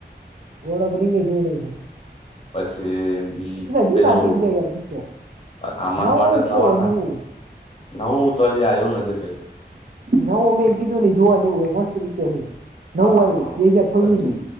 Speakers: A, on the right; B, on the left.
A: ગોળો બની ને જોઈ લે હું.
B: પછી ઈ
A: જૂના
B: પેલું
A: થઈ ગયા યાર પિક્ચર
B: અચ્છા અમારા
A: નવું
B: માટે જ નવા
A: કહો
B: હતા.
A: નવું
B: નવું તો હજી આયુ નથી તે.
A: નવું મેં કીધું ની જોવા જેવું હે મસ્ત પિક્ચર છે નવું
B: હા
A: આવ્યું બે હાજર છવ્વીસ
B: પત્ની
A: નું.